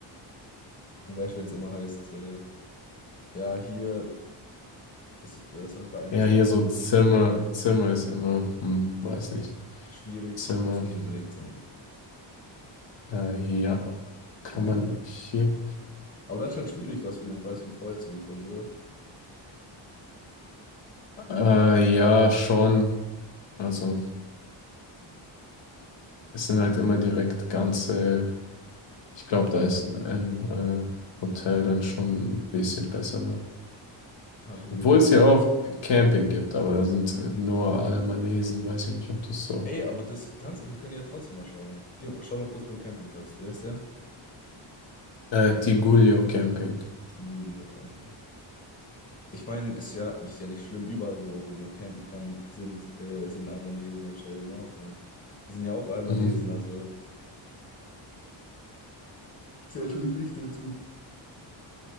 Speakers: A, on the left (about 30°); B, on the left (about 65°).
A: Nur weißt, wenn es immer heißt, äh, ja, hier, dass, dass du halt bei einer
B: Ja,
A: zu
B: hier
A: Hause
B: so
A: bist,
B: Zimmer, Zimmer ist immer, hm, weiß nicht.
A: schwierig,
B: Zimmer,
A: muss nicht unbedingt sein.
B: äh, ja, kann
A: Genau.
B: man hier,
A: Aber das ist halt schwierig, was für den Preis von vorher zu bekommen, oder?
B: äh, ja, schon. Also, es sind halt immer direkt ganze, ich glaube, da ist ein äh, Hotel dann schon ein bisschen besser noch.
A: Kann ich mir
B: Obwohl
A: gut vorstellen.
B: es ja auch Camping gibt, aber da sind äh, nur Albanesen, weiß ich nicht, ob das so.
A: Ey, aber das Ganze, wir können ja trotzdem mal schauen. Geh, schau mal kurz beim Campingplatz. Wie heißt der?
B: Äh, Tigullio Camping.
A: Tigulio Camping. Ich meine, ist ja, ist ja nicht schlimm, überall, wo, wo man campen kann, sind, äh, sind Albanesen, aber ist ja in Ordnung. Wir sind ja auch Albanesen,
B: Mhm.
A: also. Zählt schon nicht dazu.